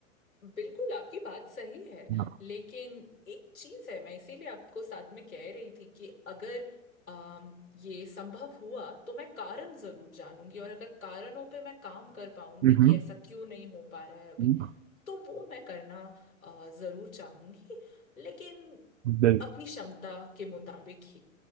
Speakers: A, on the left; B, on the right.
A: बिल्कुल आपकी बात सही है
B: हाँ।
A: लेकिन एक चीज है मैं इसीलिए आपको साथ में कह रही थी कि अगर अम ये संभव हुआ तो मैं कारण जरूर जानूंगी और अगर कारणों पे मैं काम कर पाऊंगी
B: हम्म
A: कि ऐसा क्यों नहीं हो पा रहा है अभी
B: हम्म,
A: तो वो मैं करना अ, जरूर चाहूंगी लेकिन
B: बिल्कुल
A: अपनी क्षमता के मुताबिक ही